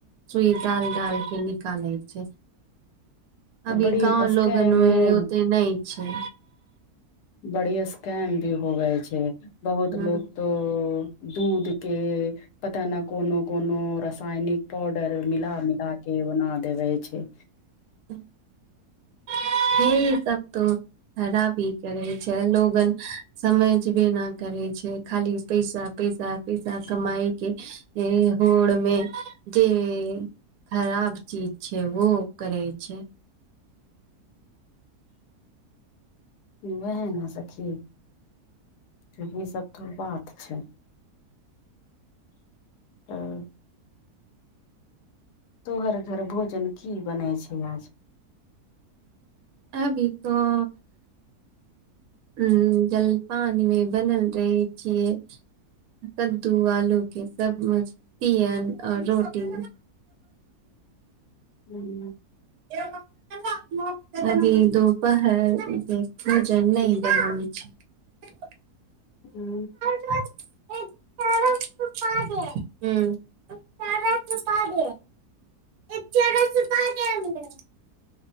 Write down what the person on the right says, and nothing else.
सुई डाल डाल के निकालै छै अभी
गांव लोगन
में ओते ने छै
हँ,
<inaudible> हे ई सब तो खरापी करै छै लोगन समझबी नहि करै छै खाली पैसा पैसा पैसा कमाइ के होड़ मे जे खराब चीज छै ओहो करे छै
अभी तऽ ह जलपानमे बनल रहै छियै कद्दू आलू के सब मस्तियन आओर रोटी
<inaudible> कभी दोपहर भोजन नहि बनाै छै ह
<unintelligible> हूं <unintelligible> <unintelligible>